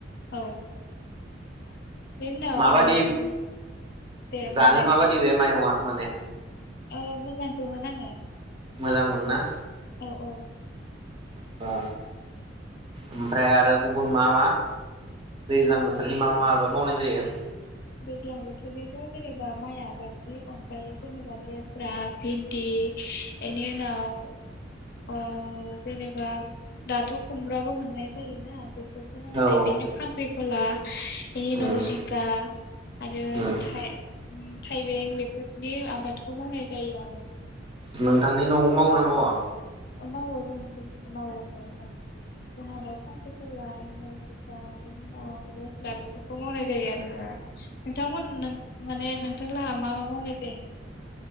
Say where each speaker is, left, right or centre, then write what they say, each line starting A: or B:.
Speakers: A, on the left; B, on the right.
A: औ बेनि उनाव
B: माबादि
A: ओ नों दे
B: जानो
A: बुंलाय नोंथां
B: माबादि बे माइरंआ? माने
A: ओ मोजांखौनो नाङो।
B: मोजांमोनना?
A: औ औ
B: आसा ओमफ्राय आरो गुबुन मा मा दैज्लां बोथोरनि
A: औ
B: मा मा आबाद मावनाय जायो?
A: दैज्लां बोथोरनिथ' जेनेबा माइ आबादनि अनगायै जेनेबा लेस्रा भिन्दि इनि उनाव अ जेनेबा दाथ' खुमब्राबो मोननाय जायोना <unintelligible>
B: ओ औ
A: खला इनि उनाव
B: उम
A: जिका आरो
B: उम
A: थाइ थाइबें बेफोरनि आबादखौ मावनाय जायो आरो।
B: नोंथांनि
A: नोंथां
B: न'आव मावोना मावा?
A: मावो जोंनिथि मावो न'आव <unintelligible> <unintelligible> जिखा बेनि उनाव लेस्रा बेफोरखौ मावनाय जायो आरो ना नोंथांमोन नों माने नों नोंथांलाहा मा मा मावनाय जायो?